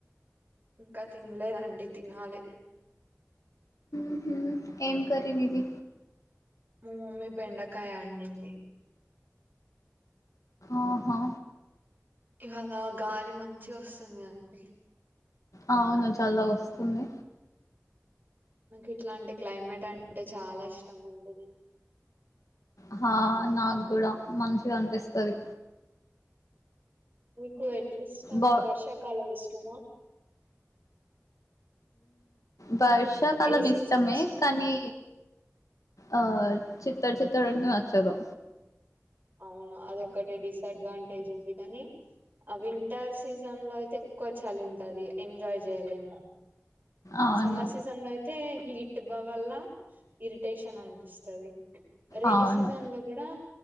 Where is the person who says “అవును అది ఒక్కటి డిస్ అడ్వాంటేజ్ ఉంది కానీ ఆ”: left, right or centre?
Right